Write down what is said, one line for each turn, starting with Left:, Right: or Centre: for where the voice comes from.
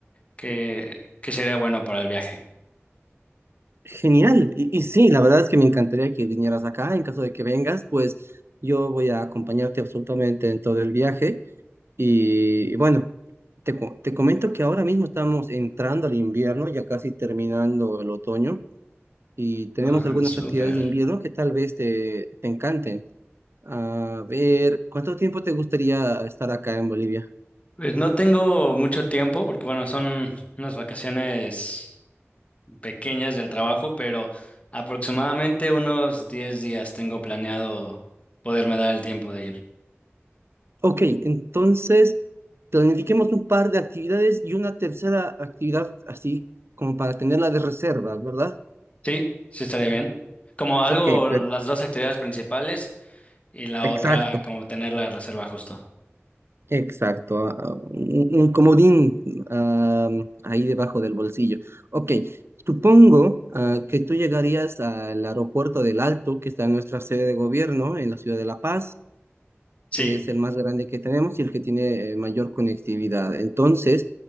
Left: qué, qué sería bueno para el viaje.
Right: Genial. Y, y sí, la verdad es que me encantaría que vinieras acá. En caso de que vengas, pues yo voy a acompañarte absolutamente en todo el viaje. Y bueno, te, co- te comento que ahora mismo estamos entrando al invierno, ya casi terminando el otoño, y tenemos
Left: Ah,
Right: algunas
Left: súper.
Right: actividades de invierno que tal vez te, te encanten. A ver, ¿cuánto tiempo te gustaría estar acá en Bolivia?
Left: Pues no tengo mucho tiempo porque, bueno, son unas vacaciones pequeñas del trabajo, pero aproximadamente unos 10 días tengo planeado poderme dar el tiempo de ir.
Right: Ok, entonces planifiquemos un par de actividades y una tercera actividad así como para tenerla de reserva, ¿verdad?
Left: Sí, sí estaría bien. Como algo,
Right: Ok, per-
Left: las dos actividades principales y la
Right: exacto,
Left: otra, como tener la reserva justo.
Right: exacto. ah, ah, un, un comodín ah, ahí debajo del bolsillo. Ok, supongo ah, que tú llegarías al aeropuerto del Alto, que está en nuestra sede de gobierno en la ciudad de La Paz.
Left: Sí,
Right: que es el más grande que tenemos y el que tiene eh, mayor conectividad. Entonces,